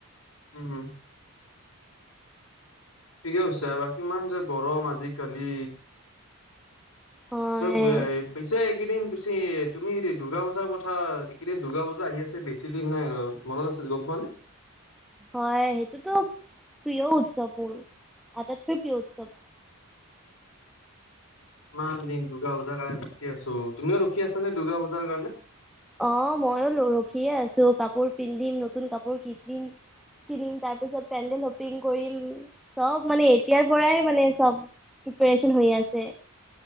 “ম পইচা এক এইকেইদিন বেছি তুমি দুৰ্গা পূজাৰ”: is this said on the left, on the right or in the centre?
Left